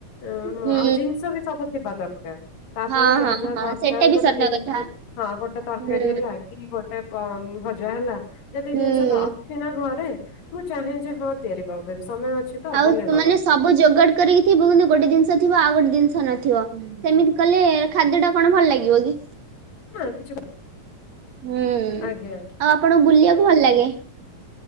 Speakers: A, on the left; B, on the right.
A: ଉ
B: ହୁଁ
A: ଆଉ ଜିନିଷ ବି ସବୁ ଥିବା ଦରକାର ତା
B: ହଁ
A: ପାଇଁ ଯାହା
B: ହଁ
A: ଯାହା
B: ହଁ
A: ଦରକାର
B: ସେଟା ବି
A: ଗୋଟେ
B: ସତ
A: ଜିନିଷ
B: କଥା
A: ହଁ ଗୋଟେ ତରକାରୀ
B: ହୁଁ
A: ହେଲା କି ଗୋଟେ ଜା ହେଲା ଯେତିକି
B: ହୁଁ
A: ଜିନିଷ ଅଛି ନା ଘରେ ମୁଁ ଚାହେଁ ଯେ ହଁ ତିଆରି କରିଦେବି ସମୟ ଅଛି ତ
B: ଆଉ
A: ବନେଇଦବା
B: ତୁ ମାନେ ସବୁ ଯୋଗାଡ଼ କରିକିଥିବୁନ୍ତୁ ଗୋଟେ ଜିନିଷ ଥିବ ଆଉ ଗୋଟେ ଜି ନଥିବ ସେମିତି କଲେ ଖାଦ୍ୟ ଟା କଣ ଭଲ ଲାଗିବ କି
A: ହଁ କିଛି
B: ହୁଁ ଆଉ
A: ଆଜ୍ଞା
B: ଆପଣଙ୍କୁ ବୁଲିବାକୁ ଭଲ ଲାଗେ